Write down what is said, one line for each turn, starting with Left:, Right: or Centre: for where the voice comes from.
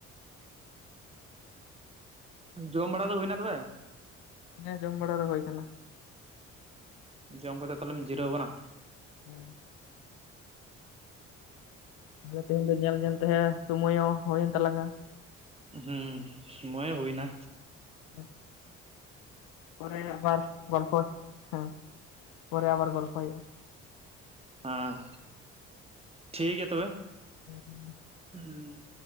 Right: ᱡᱚᱢ ᱵᱟᱲᱟ ᱫᱚ ᱦᱩᱭᱮᱱᱟ ᱛᱚᱵᱮ
Left: ᱦᱮᱸ ᱡᱚᱢ ᱵᱟᱲᱟ ᱫᱚ ᱦᱩᱭ ᱟᱠᱟᱱᱟ
Right: ᱚᱸ ᱡᱚᱢ ᱠᱟᱛᱮ ᱛᱟᱦᱞᱮᱢ ᱡᱤᱨᱟᱹᱣ ᱟᱠᱟᱱᱟ
Left: ᱦᱮᱸ <unintelligible> ᱛᱟᱦᱞᱮ ᱛᱮᱦᱮᱧ ᱫᱚ ᱧᱮᱞ ᱧᱮᱞ ᱛᱮ ᱥᱳᱢᱚᱭ ᱦᱚᱸ ᱦᱩᱭᱮᱱ ᱛᱟᱞᱟᱝᱼᱟ
Right: ᱦᱚᱸ ᱥᱚᱢᱚᱭ ᱦᱚᱸ ᱦᱩᱭ ᱱᱟ
Left: ᱦᱮᱸ ᱯᱚᱨᱮ ᱟᱵᱟᱨ ᱜᱚᱞᱯᱚ ᱦᱮᱸ ᱯᱚᱨᱮ ᱟᱵᱟᱨ ᱜᱚᱞᱯᱚᱭ ᱦᱩᱭᱩᱜᱼᱟ
Right: ᱦᱟᱸ ᱴᱷᱤᱠ ᱜᱮᱭᱟ ᱛᱚᱵᱮ
Left: <inaudible>
Right: ᱦᱩᱸ